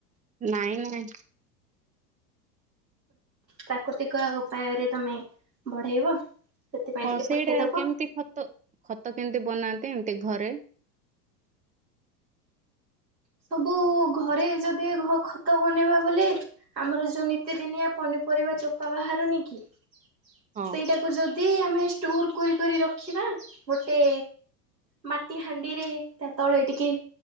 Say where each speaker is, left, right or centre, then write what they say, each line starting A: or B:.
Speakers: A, on the right; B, on the right.
A: ନାଇଁ ନାଇଁ
B: ପ୍ରାକୃତିକ ଉପାୟରେ ତମେ ବଢେଇବ ସେଥିପାଇଁ
A: ହଁ
B: ଟିକେ
A: ସେଇଟା
B: ପଠେଇଦବ
A: କେମିତି ଖତ, ଖତ କେମିତି ବନାନ୍ତି ଏମିତି ଘରେ?
B: ସବୁ ଘରେ ଯଦି ଘ ଖତ ବନେଇବା ବୋଲି। ଆମର ଯୋଉ ନିତିଦିନିଆ ପନିପରିବା ଚୋପା ବାହାରୁନି କି
A: ହଁ
B: ସେଇଟାକୁ ଯଦି ଯଦି ଆମେ ଷ୍ଟୋର କରି କରି ରଖିବା ଗୋଟେ ମାଟି ହାଣ୍ଡିରେ ତା ତଳେ ଟିକେ